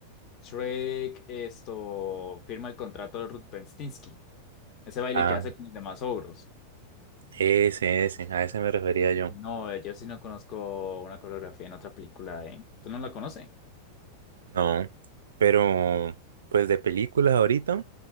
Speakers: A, on the left; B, on the right.
A: Shrek esto, firma el contrato de Ruth Benstinsky. Ese baile
B: Ah,
A: que hace con los demás ogros.
B: ese, ese, a ese me refería yo.
A: No, eh, yo sí no conozco una coreografía en otra película, ¿eh? ¿Tú no la conoces?
B: No, pero pues de películas ahorita,